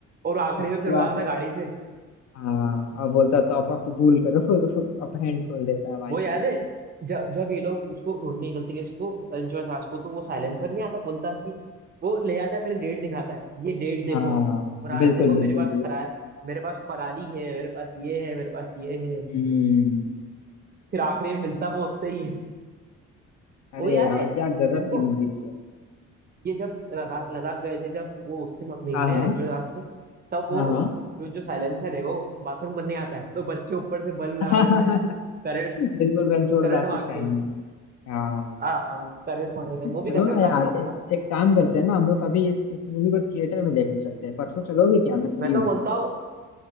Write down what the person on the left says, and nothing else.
उसके
बाद
हाँ अब बोलता है, तोहफा कबूल करो <laughs> अब हैंड खोल देता है भाई
साहब
हाँ
बिल्कुल
बिल्कुल
बिल्कुल
हम्म
अरे
यार
क्या गजब
की मूवी थी
हाँ हाँ
हाँ
हाँ
<laughs>
बिल्कुल रणछोड़
दास
के स्टाइल
में हाँ
चलो
ना यार
एक
एक काम करते हैं ना हम लोग अभी इस मूवी को थिएटर में देखने चलते हैं परसों चलोगे क्या मैं फ्री
हूँ